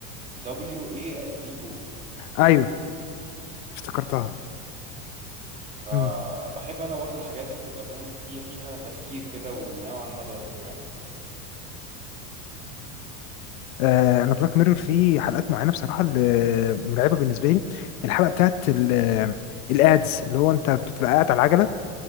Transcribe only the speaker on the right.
W A L D O
فبحب
انا برضو الحاجات اللي تبقى فاهم فيها فيها تفكير كده ونوعا ما دارك فاهم